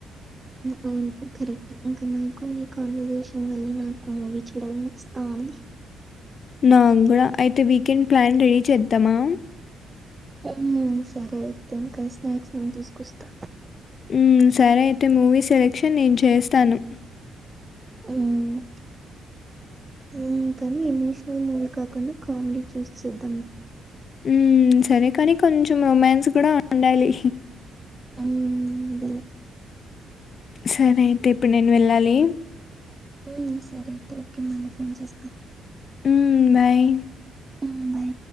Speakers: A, on the right; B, on the left.
A: అవును కరెక్ట్ ఇంకా నాకు ఈ కాన్వర్సేషన్ వల్ల నాకు మూవీ చూడాల ఆమ్
B: నామ్ కూడా అయితే వీకెండ్ ప్లాన్ రెడీ చేద్దామా
A: అవును సరే అయితేయిక స్నాక్స్ నేను తీసుకొస్తా
B: హ్మ్ సరే అయితే మూవీ సెలెక్షన్ నేను చేస్తాను
A: హ్మ్ హ్మ్ కానీ ఎమోషనల్ మూవ్ కాకుండా కామెడీ చూస్ చేద్దాం
B: మ్ సరే కాని కొంచెం రొమాన్స్ కూడా ఉండాలి
A: ఆ హ్మ్ <unintelligible>
B: సరే అయితే ఇప్పుడు నేను వెళ్ళాలి
A: హ్మ్ సరే అయితే ఓకె మళ్ళీ ఫోన్ చేస్తాను
B: హ్మ్ బాయ్
A: హ్మ్. బాయ్.